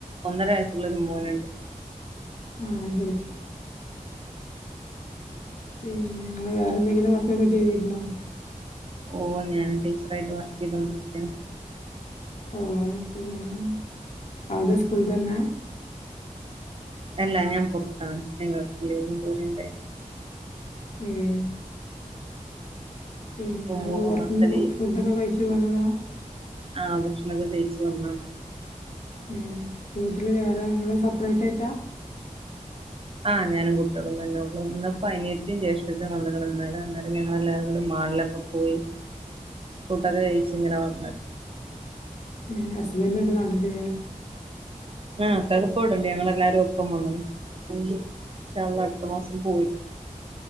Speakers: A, on the right; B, on the left.
A: ഒന്നര വയസ്സുള്ള ഒരു മോനുണ്ട്
B: ആഹ ശരി പിന്നെ നിങ്ങ വേറെ എന്തെങ്കിലും വർക്കൊക്കെ ചെയ്തിരുന്നോ
A: ഓ ഞൻ ടീച്ചറായിട്ട് വർക്ക് ചെയ്തോണ്ടിരിക്കാം
B: ഓൻ എവിടെയാണ് അവിടെ സ്കൂൾ തന്നെ.
A: അല്ല ഞാൻ പൊറത്താണ് <unintelligible>
B: ഏഹ് പിന്നെ
A: ഇപ്പൊ
B: അപ്പൊപൊറത്തുന്ന്
A: മൂന്ന് മാസത്തെ
B: ഫുഡൊക്കെ കഴിച്ചു പോന്നതാ?
A: ആഹ.
B: ഉം വീട്ടില് വേറെയാ ഇങ്ങള് സെപ്പറേറ്റ് ആയിട്ടാ.
A: ആഹ് ഞാനും കുട്ട്യാളും തന്നെള്ളു. ഇന്ന്പ്പം അനിയത്തിം ജേഷ്ഠത്തിം വന്ന്ക്ക്ണ്. ഇന്നല ഇന്നേരം ഞങ്ങളെല്ലാരുംകൂടി മാളില്. അ പോയി. ഫുടൊക്കെ കഴിച്ച് ഇങ്ങനെ വന്ന്.
B: നിങ്ങ ഹസ്ബൻഡ് എവിടാ നിട്ടില്
A: ആഹ് കാക്കുപ്പോവടണ്ട് ഞങ്ങളെല്ലാരും ഒപ്പം വന്നതാ. ഇൻസാ അള്ളാഹ് അടുത്ത മാസം പോയി.